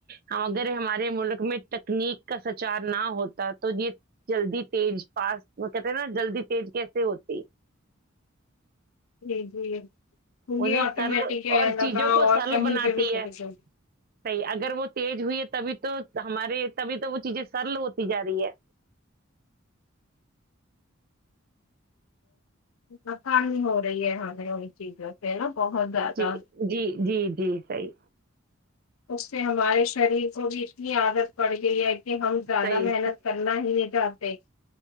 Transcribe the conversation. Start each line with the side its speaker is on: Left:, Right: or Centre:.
Right: ہم اگر ہمارے ملک میں تکنیک کا سچار نہ ہوتا تو یہ جلدی تیز پاس کہتے ہیں نا جلدی تیز کیسے ہوتی
Left: جی جی پلی
Right: انہیں
Left: آٹومیٹک
Right: سرل
Left: ہے
Right: اور
Left: لگا
Right: چیزوں کو
Left: اور
Right: سرل
Left: کہیں
Right: بناتی
Left: پہ بھی کبھی
Right: ہے
Left: کبھی
Right: صحیح اگر وہ تیز ہوئی ہے تو تبھی تو ہمارے تبھی تو وہ چیزیں سرل ہوتی جا رہی ہے
Left: مکانی ہو رہی ہے ہ ای چیز و ہے نا بہت زیادہ
Right: جی جی جی جی صائی
Left: اس سے ہمارے شریر کو بھی اتنی عادت پڑ گئی ہے کہ ہم زیادہ
Right: صحیح
Left: محنت کرنا ہی نہیں چاہتے